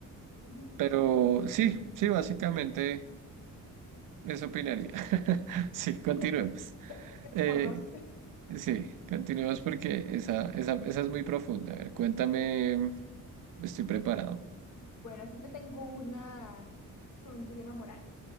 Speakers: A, on the left; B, on the right.
A: Ujú.
B: Pero sí, sí, básicamente Eso opinaría. <laughs> Sí, continuemos.
A: <laughs> Es que, es que por
B: Eh,
A: dos. <laughs>
B: sí, continuemos porque esa, esa, esa es muy profunda. A ver, cuéntame, estoy preparado.
A: Bueno, aquí te tengo una con un dilema moral.